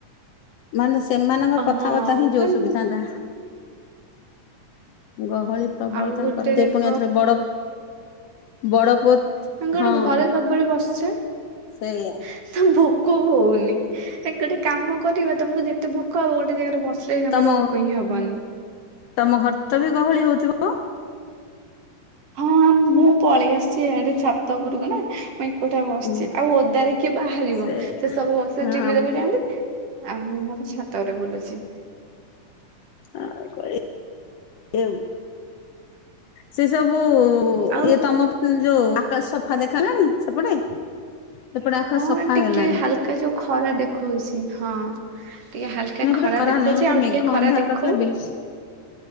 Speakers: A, on the left; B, on the right.
A: ମାନେ ସେମାନଙ୍କ କଥାବାର୍ତ୍ତା
B: ହଁ
A: ହିଁ ଜୋର
B: ମାନେ
A: ସୁବିଥା ନ୍ତା। ଗହଳି ସବୁବେଳେ
B: ଆଉ
A: ତାଙ୍କର
B: ଗୋଟେ ଦେଖ
A: ସେ ପୁଣି ଆଉଥରେ ବଡ ବଡ ପୁଅ
B: ତାଙ୍କୁ ଗୋଟେ
A: ହଁ
B: ଘରେ ସବୁବେଳେ ବସଛେ।
A: ସେଇଆ
B: ଭୋକ ହଉନି ଏ ଗୋଟେ କାମ କରିବା ତମକୁ ଯେତେ ଭୋକ ଭୋକ ହବ ଗୋଟେ ଜାଗାରେ ବସିଲେ ଜମାରୁ
A: ତମ
B: ଭୋକ ହିଁ ହବନି।
A: ତମ ଘର ତ ବି ଗହଳି ହଉଥିବ।
B: ହଁ ମୁଁ ପଳେଇ ଆସିଛି ଏଆଡେ ଛାତ ଉପରକୁ ନା। ମୁଇଁ କୋଟିଆ ବସିଛି
A: ହୁଁ
B: ଆଉ ଓଦାରେ କିଏ ବାହାରିବ
A: ସେଇଆ
B: ସେ ସବୁ ବସି
A: ହଁ
B: ଟିଭି ଦେଖୁଛନ୍ତି। ଆ ମୁଁ ମୋର ଛାତରେ ବଲୁଛି।
A: ଆଉ କଣ? ଏ ସେ ସବୁ
B: ଆଉ
A: ଇଏ ତମ ଯୋଉ ଆକାଶ ସଫା ଦେଖା ହେଲାଣି ସେପଟେ। ସେପଟେ ଆକାଶ
B: ହଁ
A: ସଫା
B: ଟିକେ
A: ହେଲାଣି
B: ହାଲକା ଯୋଉ ଖରା ଦେଖଉଛି ହଁ। ଟିକେ ହାଲକା
A: ନା ଏପଟେ
B: ଖରା ଦେଖଉଛି
A: ନାହିଁ ମତେ
B: ଆଉ
A: ମେଘ
B: ଟିକେ ଖରା
A: ଅନ୍ଧାର
B: ଦେଖଉ
A: କରିଥିଲା ବିଲକୁଲ